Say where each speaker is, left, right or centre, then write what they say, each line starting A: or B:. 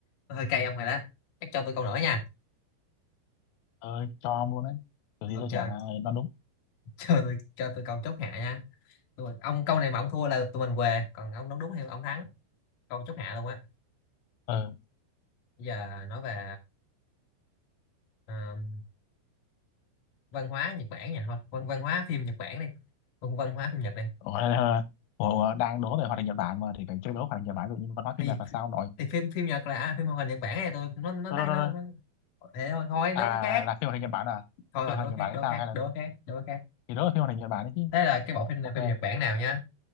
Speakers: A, on the left (about 60°); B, on the left (about 85°).
A: Tôi hơi cay ông rồi đó chắc cho tôi câu nữa nha
B: ơi cho ông luôn đấy kiểu gì
A: ok
B: tôi chả đoán đúng
A: cho tôi cho tôi câu chốt hạ nha tôi, ông câu này mà ông thua là tụi mình què còn ông đúng đúng thì ông thắng câu chốt hạ luôn á
B: ừ
A: bây giờ nói về ờm, văn hóa Nhật Bản nha thôi văn văn hóa phim Nhật Bản đi văn văn hóa phim Nhật đi
B: ủa, <laughs> ờ, ủa, đang đố về hoạt hình Nhật Bản mà thì phải chơi đố hoạt hình Nhật Bản rồi nhưng mà nói phim
A: thì
B: Nhật là sao nội
A: thì phim phim Nhật là à, phim hoạt hình Nhật Bản này tôi nó nó
B: đó,
A: nó, nó
B: đó, đó, đó.
A: nó thế thôi thôi đối
B: à
A: với khác
B: là phim hoạt hình Nhật Bản à
A: thôi
B: là
A: rồi
B: phim hoạt
A: đố
B: hình Nhật
A: khác
B: Bản hay
A: đố
B: sao
A: khác
B: hay là
A: đố khác đố khác
B: thì đó là phim hoạt hình Nhật Bản đấy chứ
A: thế là cái bộ phim này
B: ok
A: phim Nhật Bản nào nhá